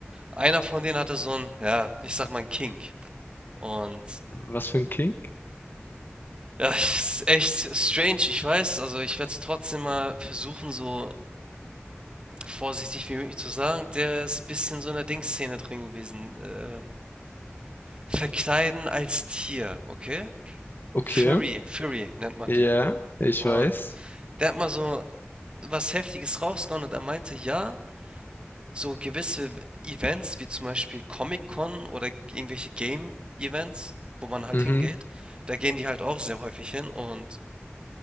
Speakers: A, on the right; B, on the left.
A: einer von denen hatte so ein, ja, ich sag mal ein Kink. Und
B: Was für ein Kink?
A: ja, <laughs> ist echt strange, ich weiß. Also ich werde es trotzdem mal versuchen, so vorsichtig wie möglich zu sagen. Der ist ein bisschen so in der Dingsszene drin gewesen. Äh, verkleiden als Tier, okay?
B: Okay.
A: Furry, Furry nennt man
B: Ja,
A: die.
B: ich
A: Und
B: weiß.
A: der hat mal so was Heftiges rausgehauen und er meinte, ja, So gewisse Events wie zum Beispiel Comic-Con oder irgendwelche Game-Events, wo man halt
B: Mhm,
A: hingeht, da gehen die halt auch sehr häufig hin und